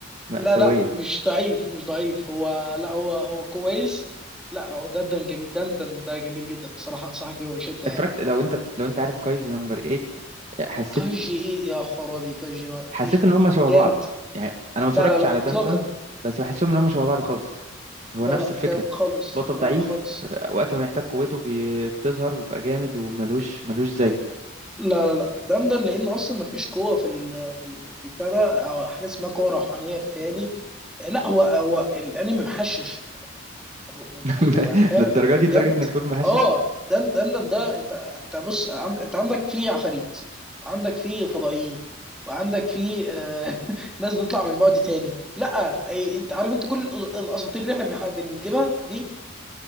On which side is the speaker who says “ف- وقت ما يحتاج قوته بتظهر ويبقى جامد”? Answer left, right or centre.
Right